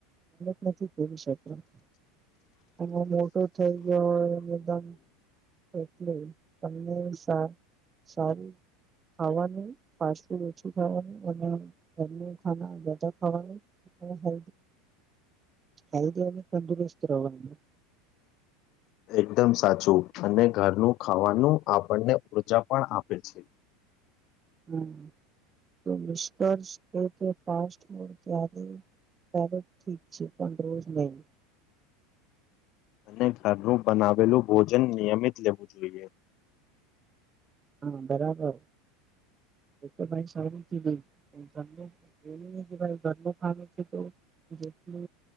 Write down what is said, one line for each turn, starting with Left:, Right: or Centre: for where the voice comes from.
Right: નથી કરી શકતા મોટું થઇ ગયો હોય એટલે તમને સા સારું ખાવાનું ફાસ્ટ ફૂડ ઓછુ ખાવાનુ <unintelligible> ખાવાનું <unintelligible> હલ્દી તંદુરસ્ત રવાનુ
Left: એકદમ સાચું અને ઘરનું ખાવાનું આપણને ઉર્જા પણ આપે છે.
Right: હ તો નિષ્કર્ષ એ કે ફાસ્ટ ફૂડ ત્યારે <unintelligible> ઠીક છે પણ રોજ નહી
Left: અને ઘરનું બનાવેલું ભોજન નિયમિત લેવું જોઈએ.
Right: હા બરાબર
Left: <unintelligible>
Right: એ તો ભાઈ સારું થી નઈ પણ ઘર એ કે ભાઈ ઘરનું ખાવ છે તો જેટલુ